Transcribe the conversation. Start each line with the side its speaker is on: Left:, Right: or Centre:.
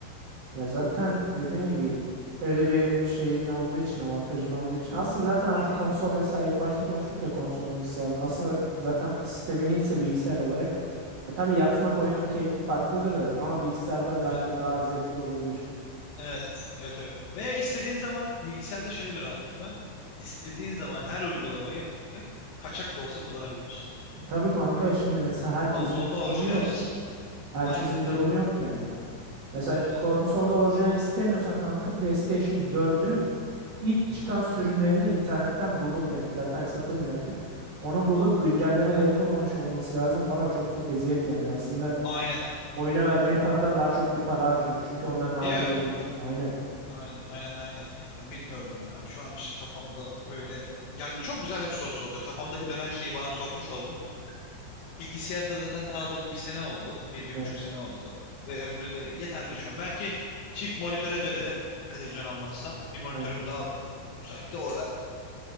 Right: Ya zaten dediğin gibi öyle bir şeyin olduğu için, avantajın olduğu için. Aslında zaten artık
Left: Hı hı.
Right: konsol mesela ilk başta konuştuk ya konsol mu bilgisayar mı? Aslında zaten sistemin ise bilgisayar olarak. E tabii yatmak oyunun keyfi farklıdır da ama bilgisayarda bence
Left: Heh,
Right: daha zevkli olabilir.
Left: Evet, evet, evet. Ve istediğin zaman bilgisayarda şöyle bir rahatlık var. İstediğin zaman her uygulamayı kaçak da olsa kullanabiliyorsun.
Right: E tabii kanka şimdi mesela herkesin
Left: Konsolda
Right: durumu
Left: orijinalcisin.
Right: yok. Herkesin
Left: Aynen, aynen,
Right: durumu yok yani. Mesela
Left: aynen.
Right: konsolda orijinal istemiyorsan kanka PlayStation dördün İlk
Left: Hı
Right: çıkan
Left: hı.
Right: sürümlerini internetten bulup yani zaten satılmıyor artık. Onu bulup güncelleme de yapılmamış olması lazım falan çok eziyet yani. Aslında
Left: Aynen,
Right: oyuna vereceğim paradan daha çok bir para harcıyorum. Çünkü onlar nadir
Left: değil mi?
Right: olduğu için. Aynen.
Left: Aynen, aynen, aynen. Ya bilmiyorum ya. Şu an işte kafamda öyle... Yani çok güzel bir soru sordu. Kafamdaki dönen şeyi bana sormuş oldun. Bilgisayarda zaten daha alalı bir sene oldu. Bir, bir
Right: Evet.
Left: buçuk sene oldu. Ve ömrü de yeterli şu an. Belki çift monitöre dönerim. Televizyon almazsam. Bir monitörüm
Right: Aynen.
Left: daha var. Müsait de oradan